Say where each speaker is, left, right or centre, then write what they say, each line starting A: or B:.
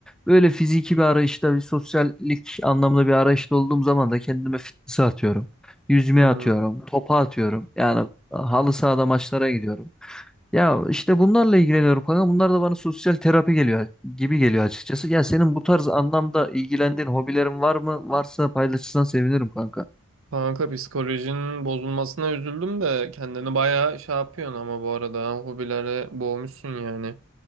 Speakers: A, in the centre; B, on the right.
A: Böyle fiziki bir arayışta, bir sosyallik anlamda bir arayışta olduğum zaman da kendime fitness'e atıyorum. Yüzmeye
B: Hmm.
A: atıyorum, topa atıyorum. Yani halı sahada maçlara gidiyorum. Ya işte bunlarla ilgileniyorum kanka. Bunlar da bana sosyal terapi geliyor gibi geliyor açıkçası. Ya senin bu tarz anlamda ilgilendiğin hobilerin var mı? Varsa paylaşırsan sevinirim kanka.
B: Kanka psikolojinin bozulmasına üzüldüm de kendini bayağı şey yapıyorsun ama bu arada ha, hobilere boğmuşsun yani.